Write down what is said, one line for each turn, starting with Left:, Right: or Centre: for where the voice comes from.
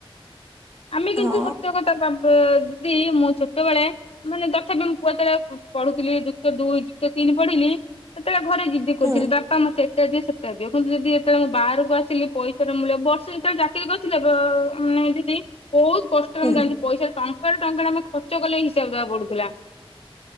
Left: ଆମେ କିନ୍ତୁ
Right: ହଁ
Left: ହତ୍ୟ କଥା କାମ୍ପ ଦିଦି ମୁଁ ଛୋଟବେଳେ ମାନେ ତଥାପି ମୁ ଯେତେବେଳେ ପଢୁଥିଲି ଯୁକ୍ତ ଦୁଇ ଯୁକ୍ତ ତିନି ପଢ଼ିଲି ସେତେବେଳେ ଘରେ ଜିଦି କରୁଥିଲି
Right: ହୁଁ
Left: ବାପା ମତେ ସେ ଦି ସେତଟା ଦିଅ କିନ୍ତୁ ଯଦି ଯେତେବେଳେ ମୁଁ ବାହାରକୁ ଆସିଲି ପଇସାର ମୂଲ୍ୟ ବର୍ଷ ଯେତେବେଳେ ଚାକିରି କରିୁଥିଲି ଏବେ ଏ ଦିଦି ବହୁତ କଷ୍ଟରେ
Right: ହୁଁ
Left: ମୁଁ ଜାଣିଚି ପଇସା ଟା ଟ ସେତେଳେ ଟଙ୍କା ଟେ ଆମେ ଖର୍ଚ୍ଚ କଲେ ହିସାବ ଦବା କୁ ପଡୁଥିଲା।